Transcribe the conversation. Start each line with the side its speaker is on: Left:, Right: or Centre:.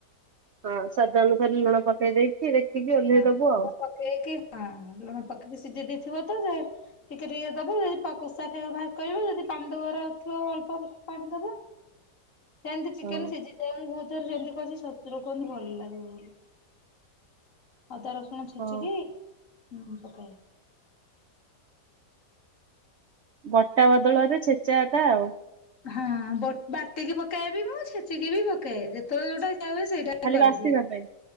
Right: ହଁ ସଦା ଅନୁସାରେ ଲୁଣ ପକେଇ ଦେଖିକି ଓହ୍ଲେଇ
Left: ହଁ
Right: ଦବୁ ଆଉ
Left: ଲୁଣ ପକେଇକି ହଁ ଲୁଣ ପକେଇକି ସିଝି ଦେଇଥିବ ତ ଠିକ ଦବ ଯଦି କୋଷା ଖାଇବା ବାହାର କରିବ ଯଦି ପାଣି ଦବାରଥିବ ଅଳ୍ପ ପାଣି ଦବ। ସେମିତି ଚିକେନ
Right: ହଁ
Left: ସିଝିଯିବ ବହୁତ। ଯେମିତି କରିଛି ଶଶୁର କୁହନ୍ତି ଭଲ ଲାଗେ ବୋଲି। ଅଦା ରସୁଣ ଛେଚିକି
Right: ହଁ
Left: ହୁଁ ପକାଏ। <inaudible>
Right: ବଟା ବଦଳରେ ଛେଚା ଟା ଆଉ
Left: ହଁ ବାଟିକି ପକଏବି ମୁଁ ଛେଚିକି ବି ପକଏବି ଯେତେବେଳେ ଯୋଉଟା ସେଇଟା
Right: ଖାଲି
Left: କରିଦିଏ।
Right: ବାସିବା ପାଇଁ